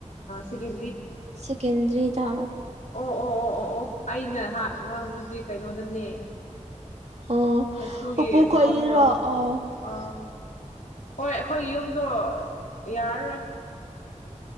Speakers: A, on the left; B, on the right.
A: ꯁꯦꯗ
B: ꯁꯀꯦꯟꯗ꯭ꯔꯔꯤꯗ
A: ꯑꯣ ꯑꯣ ꯑꯣ ꯑꯣ ꯑꯣ ꯑꯩꯅꯍꯥꯛ ꯉꯥꯡꯕꯗꯨꯗꯤ ꯀꯩꯅꯣꯗꯅꯦ
B: ꯑꯣ
A: ꯍꯥꯏ ꯁ꯭ꯀꯨꯜꯒꯤ
B: ꯄꯨꯄꯨ ꯈꯣꯏꯒꯤꯗꯨꯔꯣ
A: ꯃꯐꯝꯗꯣ
B: ꯑꯣ
A: ꯑ ꯍꯣꯏ ꯑꯩꯈꯣꯏ ꯌꯨꯝꯗꯣ ꯌꯥꯔꯔꯣꯏ